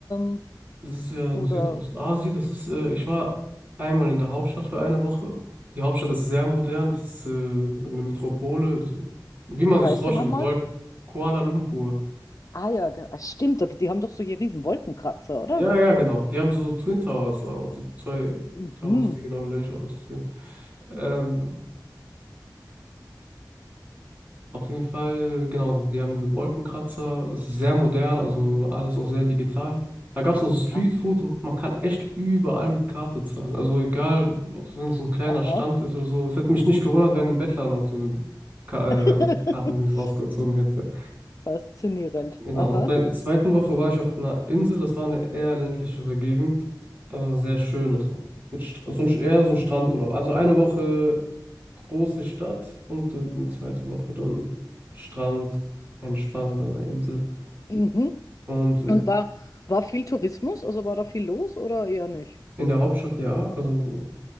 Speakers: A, on the left (about 45°); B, on the right (about 20°).
A: Ähm,
B: Das ist ja
A: oder
B: in Südostasien. Das ist, äh, ich war einmal in der Hauptstadt für eine Woche. Die Hauptstadt ist sehr modern. Das ist, äh, eine Metropole. So, wie man
A: wie
B: sich
A: heißt
B: das vorstellt,
A: der nochmal?
B: mit Wolken. Kuala Lumpur.
A: Ah ja, ge- ah, stimmt, da- die haben doch solche riesen Wolkenkratzer, oder?
B: Ja, ja, genau. Die haben so Twin Towers, auch, so zwei
A: Mhm.
B: Towers, die genau gleich aussehen. Ähm, Auf jeden Fall, genau, die haben einen Wolkenkratzer, es ist sehr modern, also alles auch sehr digital. Da gab es auch so Streetfood
A: Ah,
B: und man kann echt überall mit Karte zahlen. Also egal, ob es wenn es ein kleiner
A: aha.
B: Stand ist oder so. Es hätte mich nicht gewundert, wenn ein Bettler noch so eine Ka
A: <laughs>
B: äh, Kartendings rausgezogen hätte.
A: Faszinierend.
B: Genau,
A: Aha.
B: und bei der zweiten Woche war ich auf einer Insel, das war eine eher ländlichere Gegend, aber sehr schön. Das war mit Stra so ein, eher so ein Strandurlaub. Also eine Woche große Stadt und äh, eine zweite Woche dann Strand, entspannt an der Insel.
A: Mhm.
B: Und äh,
A: Und war, war viel Tourismus? Also war da viel los oder eher nicht?
B: in der Hauptstadt ja, also